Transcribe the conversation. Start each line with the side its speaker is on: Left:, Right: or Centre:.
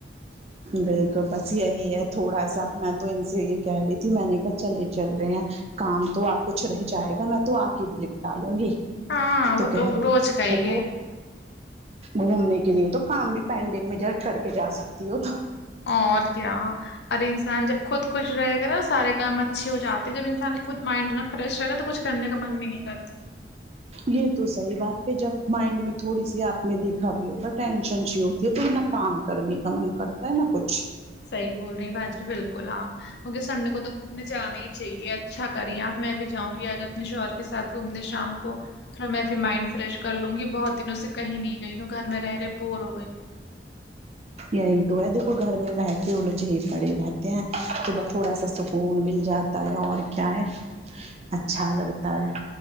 Right: بالکل بس یہی ہے تھوڑا سا میں تو ان سے یے کہہ رہی تھی میں نے کہا چلے چل رہے ہیں کام تو آ کچھ رہ جائے گا میں تو آ کے بھی لپٹا لوں گی
Left: ہاں وہ
Right: تو کہے رہے
Left: روز
Right: <unintelligible>
Left: کا ہی
Right: کرو
Left: ہے
Right: گھومنے کے لیے تو کام بھی پینڈنگ میں ج کر کے جا سکتی ہو تو
Left: اور کیا ارے انسان جب خود خوش رہے سارے کام اچھے ہو جاتے جب انسان خود مائنڈ نا فریش رہ گا تو کچھ کرنے کا من بھی نہیں کرتا
Right: یے تو صحیح بات پے جب مائنڈ میں تھوڑی سی آپ نے دیکھا بھی ہوگا ٹینشن شی ہوتی ہے تو نہ کام کرنے کا من کرتا ہے نہ کچھ
Left: صحی بول رہی باجی بالکل آپ مگر سنڈے کو تو گھومنے جانا ہی چاہیے اچھا کری آپ میں بھی جاؤں گی آج اپنے شوہر کے ساتھ گھومنے شام کو تھوڑا میں فیر مائنڈ فریش کر لوں گی بہت دنوں سے کہیں نہیں گئی ہوں گھر میں رہے رہے بور ہو گئی ہوں
Right: یہی تو ہے دیکھو گھر میں رہتے وہ لو جی پڑے رہتے ہیں تو ب تھوڑا سا سک کن مل جاتا ہے اور کیا ہے اچھا لگتا ہے